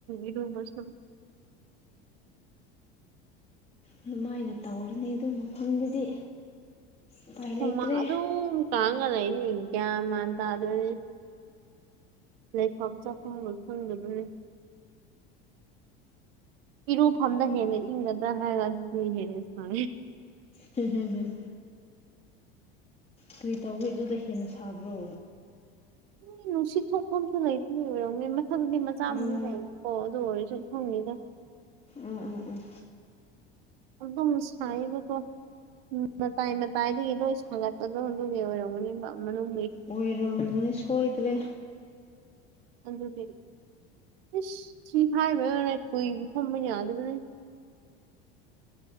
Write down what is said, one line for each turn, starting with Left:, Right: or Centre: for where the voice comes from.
Right: ꯏꯔꯕꯁ
Left: ꯑꯗꯨꯃꯥꯏꯅ ꯇꯧꯔꯅꯤ ꯑꯗꯨ ꯃꯐꯝꯗꯨꯗꯤ ꯎꯄꯥꯏ
Right: ꯍꯃꯥꯡ
Left: ꯂꯩꯇ꯭ꯔꯦ
Right: ꯑꯗꯨꯝ ꯀꯥꯡꯉ ꯂꯩꯅꯦ ꯒ꯭ꯌꯥꯃꯥꯟ ꯇꯥꯗꯗꯤ ꯂꯩꯐꯝ ꯆꯥꯐꯝꯒ ꯐꯪꯗꯕꯅꯤ ꯏꯔꯨꯐꯝꯗ ꯍꯦꯟꯅ ꯏꯪꯒꯗ꯭ꯔ ꯍꯥꯏꯔꯒ ꯑꯗꯨ ꯍꯦꯟꯅ ꯁꯨꯃ
Left: ꯍꯝ ꯍꯝ ꯍꯝ ꯀꯔꯤ ꯇꯧꯏꯤ ꯑꯗꯨꯗ ꯍꯦꯟꯅ ꯁꯥꯕ꯭ꯔꯣ
Right: ꯅꯣꯏ ꯅꯨꯡꯁꯤꯠ ꯊꯣꯛꯄ ꯑꯝꯇ ꯂꯩꯇ꯭ꯦꯔꯣꯅꯦ ꯃꯊꯪꯒꯤ ꯃꯆꯥ
Left: ꯎꯝ
Right: ꯑꯃꯨ ꯂꯩꯦ ꯑꯣꯗ ꯑꯣꯏꯔꯤꯁꯨ ꯍꯉꯗ
Left: ꯎꯝ ꯎꯝ ꯎꯝ
Right: ꯑꯗꯨꯗꯁꯕꯀꯣ ꯎꯝ ꯃꯇꯥꯏ ꯃꯇꯥꯏꯗꯨꯒꯤ ꯂꯣꯏ ꯁꯥꯒꯠꯄꯗꯣ ꯑꯗꯨꯒꯤ ꯑꯣꯏꯔꯝꯒꯅꯤ ꯃꯅꯨꯡ
Left: ꯑꯣꯏꯔꯣꯕꯅꯤ ꯁꯣꯏꯗ꯭ꯔꯦ
Right: ꯑꯗꯨꯗꯤ ꯏꯁꯁ ꯁꯤ ꯍꯥꯏꯕꯅ ꯀꯨꯏꯕ ꯐꯝꯕ ꯌꯥꯗꯕꯅꯦ